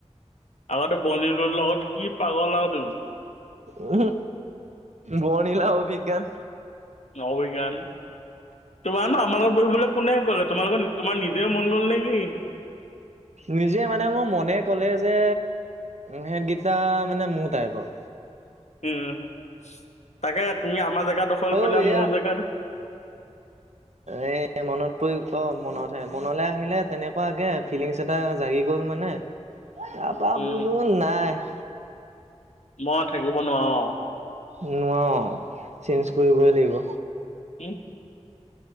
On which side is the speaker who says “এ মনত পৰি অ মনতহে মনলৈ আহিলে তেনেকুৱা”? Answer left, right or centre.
Right